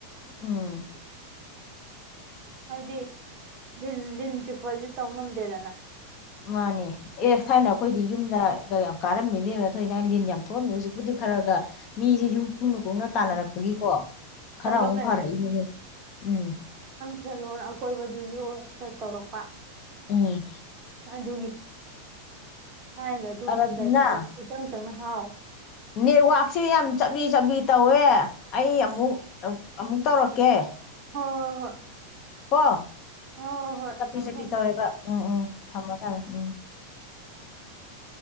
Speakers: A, on the left; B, on the right.
A: ꯎꯝ꯫
B: ꯍꯥꯌꯗꯤ ꯂꯤꯟ ꯂꯤꯟ ꯆꯤꯛꯄꯥꯖꯦ ꯇꯝꯉꯝꯗꯦꯗꯅ꯫
A: ꯃꯥꯅꯦ ꯑꯦ ꯊꯥꯏꯅ ꯑꯩꯈꯣꯏꯗꯤ ꯌꯨꯝꯗ ꯌꯥꯝ ꯀꯥꯔꯝꯃꯤꯕꯦꯝꯅ ꯊꯣꯛ ꯊꯥꯏꯅ ꯂꯤꯟ ꯌꯥꯝ ꯊꯣꯛꯑꯝꯃꯤ ꯍꯧꯖꯤꯛꯄꯨꯗꯤ ꯈꯔꯒ ꯃꯤꯁꯦ ꯌꯨꯝ ꯈꯨꯡꯅ ꯈꯨꯡꯅ ꯇꯥꯟꯅꯔꯛꯄꯒꯤꯀꯣ
B: ꯎꯝ
A: ꯈꯔ
B: ꯆꯪꯐꯝ
A: ꯑꯃꯨꯛ ꯐꯔꯛꯏꯅꯦꯅꯦ ꯎꯝ
B: ꯊꯦꯜꯂ ꯑꯀꯣꯏꯕꯗꯨꯁꯨ ꯑꯁꯤꯗ ꯇꯧꯔꯛꯄ
A: ꯎꯝ
B: ꯑꯗꯨꯒꯤ ꯊꯥꯏꯅ ꯑꯗꯨꯗꯨꯗꯥ
A: ꯑꯔꯥꯕꯤꯅꯥ
B: ꯆꯪ ꯄꯨꯆꯪ ꯆꯪꯅ ꯍꯥꯎꯋ
A: ꯅꯦꯠꯋꯥꯛꯁꯦ ꯌꯥꯝ ꯆꯥꯛꯕꯤ ꯆꯞꯕꯤ ꯇꯧꯋꯦ ꯑꯩ ꯑꯃꯨꯛ ꯑꯃꯨꯛ ꯇꯧꯔꯛꯀꯦ
B: ꯍ ꯍꯣꯏ ꯍꯣꯏ
A: ꯀ
B: ꯍꯣꯏ ꯍꯣꯏ ꯍꯣꯏ
A: ꯆꯠꯄꯤ
B: ꯊꯝꯃꯣ
A: ꯆꯠꯄꯤ
B: ꯊꯝꯃꯣ
A: ꯇꯧꯋꯦꯕ ꯎꯝ ꯎꯝ ꯊꯝꯃꯒ ꯑꯥꯝ
B: ꯎꯝ